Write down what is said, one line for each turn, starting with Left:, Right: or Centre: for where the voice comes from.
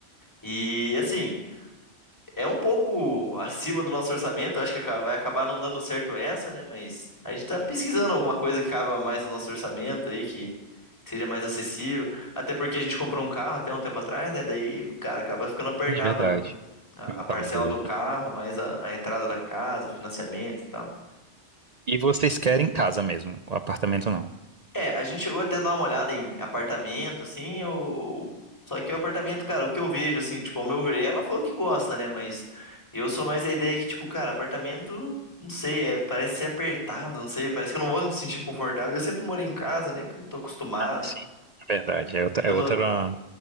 Left: E assim. é um pouco acima do nosso orçamento, acho que aca- vai acabar não dando certo essa, né? Mas a gente tá pesquisando alguma coisa que caiba mais no nosso orçamento aí, que seja mais acessível. Até porque a gente comprou um carro até um tempo atrás, né? Daí, cara, acaba ficando apertado
Right: Não, de verdade.
Left: a,
Right: Juntar
Left: a parcela
Right: os dois,
Left: do carro,
Right: né?
Left: mais a, a entrada da casa, o financiamento e tal.
Right: E vocês querem casa mesmo, o apartamento não.
Left: É, a gente chegou até a dar uma olhada em apartamento, assim, eu... Só que o apartamento, cara, o que eu vejo, assim, tipo, ao meu ver, ela falou que gosta, né? Mas eu sou mais da ideia que, tipo, cara, apartamento, não sei, é, parece ser apertado, não sei, parece que eu não vou me sentir confortável. Eu sempre morei em casa, né? cara, Tô acostumado.
Right: Sim. Verdade, é outra,
Left: Eu
Right: é outra,
Left: não,